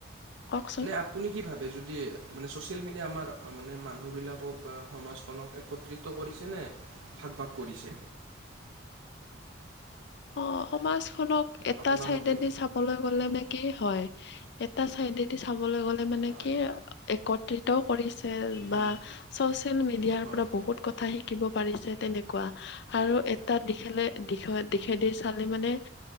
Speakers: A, on the left; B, on the right.
A: কওকচোন
B: নে আপুনি কি ভাবে যদি মানে চচিয়েল মিডিয়া আমাৰ মানে মানুহবিলাকক বা সমাজখনক একত্ৰিত কৰিছেনে? ভাগ ভাগ কৰিছে?
A: অ সমাজখনক এটা
B: আপোনাৰ
A: চাইডদি
B: মতে
A: চাবলৈ গ'লে ম কি হয় এটা চাইডেদি চাবলৈ গলে মানে
B: হয়
A: কি একত্ৰিত কৰি
B: হয়
A: বা ছচিয়েল মিডিয়াৰ
B: হয়
A: পৰা বহুত কথা শিকিব পাৰিছে তেনেকুৱা। আৰু এটা দিশেলে দিশত চালে মানে